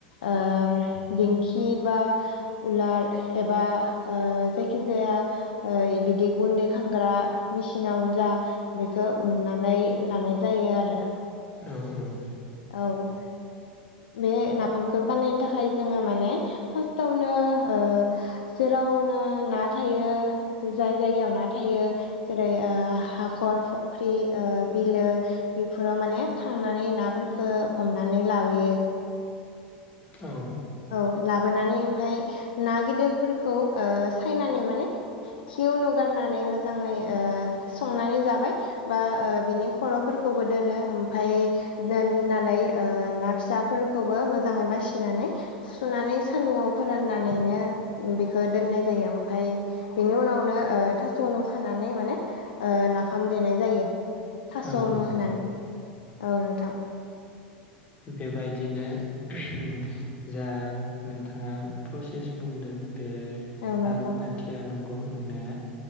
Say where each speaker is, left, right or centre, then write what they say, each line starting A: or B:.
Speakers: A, on the left (about 70°); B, on the left (about 25°).
A: ओ दिंखि बा उलार एबा ओ जायखिजाया ओ बिदि गुन्दै खालामग्रा मेचिनावनो जा बेखौ उन्नानै लानाय जायो आरो।
B: औ औ।
A: औ। बे नाफामखौ बानायनो थाखाय जोङो माने फार्स्टावनो ओ जेरावनो ना थायो जाय जायगायाव ना थायो जेरै ओ हाखर फुख्रि ओ बिलो बेफोराव माने थांनानै नाफोरफोरखौ हमनानै लाबोयो।
B: औ।
A: औ लाबोनानै ओमफाय ना गिदिरफोरखौ ओ सायनानि माने खि उनुगारनानै मोजाङै ओ संनानै जाबाय। बा ओ बिनि खर'फोरखौबो दोनो ओमफाय दोननानै ओ ना फिसाफोरखौबो मोजाङै बासिनानै सुुनानै सान्दुङाव फोराननानैनो बेखौ दोननाय जायो, ओमफाय बेनि उनावनो ओ थास'ल' खानानै माने नाफाम देनाय जायो। थास'नु
B: औ औ
A: होननानै औ नोंथां।
B: बेबायदिनो उहूम जा नोंथाङा प्रसेस बुंदों बे
A: औ नोंथां
B: आदब खान्थिया नंगौ नंनाया